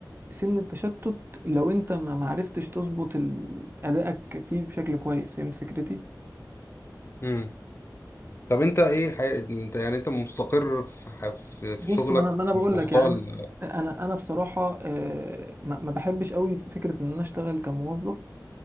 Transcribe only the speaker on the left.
مم. طب انت ايه حي... انت يعني انت مستقر في, ح- في في
شغلك
في
موضوع
ال...